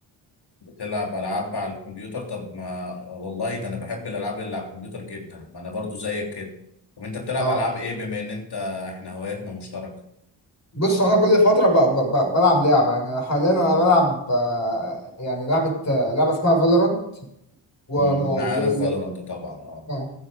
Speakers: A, on the left; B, on the left.
A: بتلعب العاب على الكمبيوتر طب ما والله ده انا بحب الالعاب اللي على الكمبيوتر جدا ما انا برضو زيك كده طب انت بتلعب
B: أه
A: العاب ايه بما ان انت احنا هواياتنا مشتركة
B: بص هو أنا كل فترة ب... ب... ب... بلعب لعبة يعني حاليا أنا بلعب آه، يعني لعبة آه، لعبة اسمها فالورانت وم...
A: مم،
B: وال...
A: انا عارف فالورانت طبعا اه
B: آه،